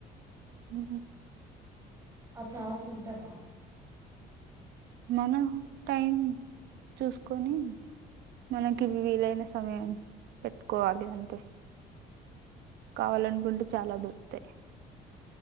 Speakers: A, on the right; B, on the right.
A: ఉ
B: ఆ ఛాన్స్ ఉంటదా?
A: మనం టైం చూసుకొని మనకి వీలైన సమయం పెట్టుకోవాలి అంతే కావాలనుకుంటే చాలా దొరుకుతాయి.